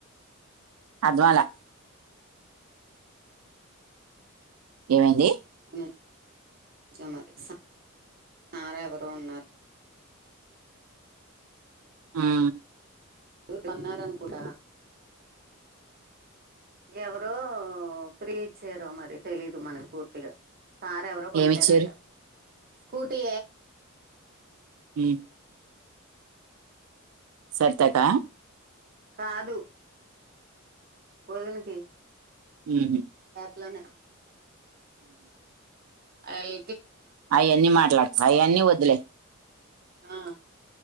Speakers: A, on the right (about 85°); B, on the right (about 45°).
A: అద్వాల ఏమైందీ
B: కొ మరి సారా ఎవరు ఉన్నారు
A: ఆ
B: పన్నారనుకుట ఎవరో ఫీ ఇచ్చారో మరి తెలీదు మనకు పూర్తిగా సార్రేవరో పంపారంట
A: ఏమిచ్చారు
B: స్కూటి
A: హ సరతకా
B: కాదు వదునకి
A: హ
B: ఇలానే అల్
A: అయ్యన్ని మాలాకత అయ్యన్ని అలే
B: ఆ